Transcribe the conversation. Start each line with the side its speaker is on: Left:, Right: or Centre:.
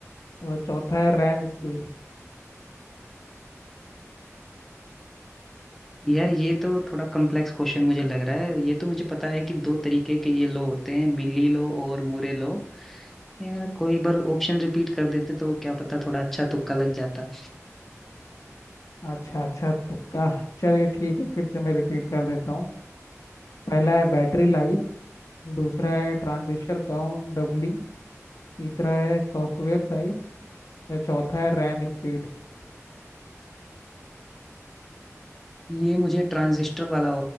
Left: और चौथा है रैम स्पीड
Centre: यार ये तो थोड़ा कॉम्प्लेक्स क्वेश्चन मुझे लग रहा है ये तो मुझे पता है कि दो तरीके के ये लो होते हैं मिली लो और मुरे लो यार, कोई एक बार ऑप्शन रिपीट कर देते तो क्या पता थोड़ा अच्छा तुक्का लग जाता
Left: अच्छा अच्छा तुक्का चलिए ठीक है फिर से मैं रिपीट कर देता हूँ पहला है बैटरी लाइफ दूसरा है ट्रांजिस्टर काउंट डबलिंग तीसरा है सॉफ्टवेयर साइज और चौथा है रैम स्पीड
Centre: ये मुझे ट्रांजिस्टर वाला